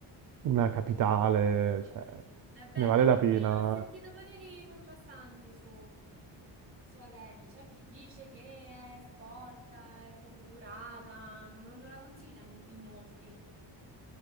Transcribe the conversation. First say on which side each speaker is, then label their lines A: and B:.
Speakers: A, on the right; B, on the right.
A: una capitale, cioè
B: È bella
A: ne vale la
B: perché
A: pena.
B: ho sentito pareri contrastanti su, su Atene. C'è chi dice che è sporca, è poco curata, ma non la consigliano in molti.